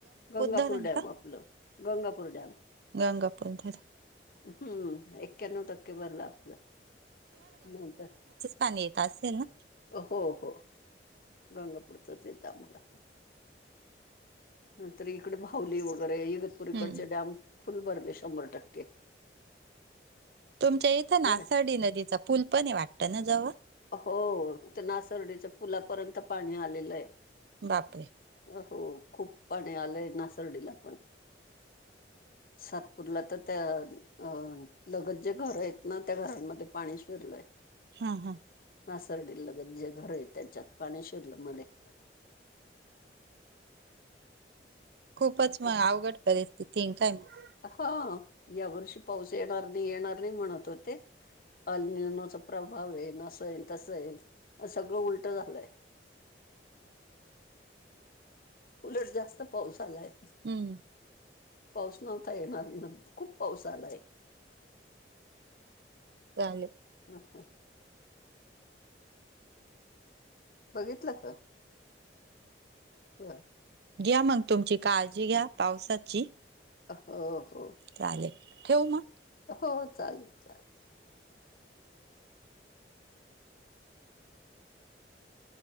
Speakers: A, on the left (about 50°); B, on the right (about 60°).
A: गंगापूर
B: धरण
A: डॅम आपलं, गंगापूर डॅम.
B: गंगापूरधरन.
A: हम्म, एक्याण्णव टक्के भरलं आपलंं, नाही तरऽ.
B: पणी येत असेल ना.
A: हो हो, गंगापूरचच येतं आम्हाला. नाही तर इकडे भाऊुली वगैरे, इगतपूर इकडचे
B: हम्म.
A: डॅम फुल भरले शंभर टक्के.
B: तुमच्या इथं नासर्डी
A: बरं
B: नदीचा पूल आहे पण वाटत ना जवळ.
A: हो, ते नासर्डीच्या पुलापर्यंत पाणी आलेलं आहे.
B: बापरे!
A: अ हो खूप पाणी आलंय नासर्डीला पण. सातपूरला तर त्या अ लगत जे घरं आहेत ना, त्या घरांमध्ये पाणी शिरलंय.
B: हा हा,
A: नासरडी लगत जे घर आहे त्यांच्यात, पाणी शिरलंय मध्येऽ.
B: खूपच
A: आहे.
B: मग अवघड परिस्थिती, काय नाही मग?
A: हा, या वर्षी पाऊस येणार नाही येणार नाही म्हणत होते. अलनाचा प्रभाव येईल, असं येईल तसं येईल, सगळं उलट झालंय. उलट जास्त पाऊस आलाय.
B: हम्म,
A: पाऊस नव्हता येणार, खूप पाऊस आलाय.
B: चालेल.
A: ह हा, बघितलं का, बर.
B: घ्या मग तुमची काळजी घ्या, पावसाची.
A: हो हो,
B: चालेल, ठेवू मग?
A: हो चालेल, चालेल,